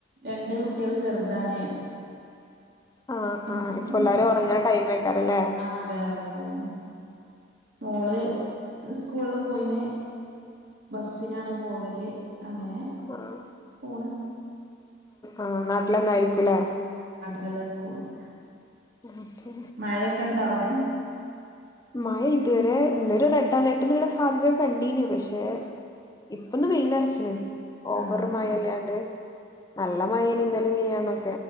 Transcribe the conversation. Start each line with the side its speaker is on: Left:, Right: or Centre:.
Right: രണ്ട് കുട്ടികള് ചെറുതാണ്.
Left: ആഹ്
Right: അങ്ങനെ
Left: ആഹ് പിള്ളാരും
Right: പോണ്
Left: ഉറങ്ങണ
Right: ഒക്കെ
Left: ടൈം എയ്കാരം ല്ലേ
Right: ആ അതെ ഉറങ്ങണായിരുന്നു മോള് സ് ഫുള് പോയിന് ബസിനാണ് പോകല് അങ്ങനെ
Left: ആഹ്
Right: പോണ്
Left: ആ നാട്ടിലെന്നായിരിക്കും അല്ലെ
Right: ലല്ല സ്കൂളില്
Left: ഓക്കെ
Right: മഴയൊക്കെ ഇണ്ടോ അവിടെ
Left: മാഴ ഇതുവരെ ഇന്നരു റെഡ് അലേർട്ടിനുള്ള സാധ്യത കണ്ടീനു പക്ഷെ ഇപ്പൊന്ന് വെയിലർച്ചിന് ഓവറ്
Right: ആ
Left: മഴല്ലാണ്ട്
Right: ആ
Left: നല്ല മഴയാന്നു ഇന്നലെയും മിനിഞ്ഞാ ഞാന്നോ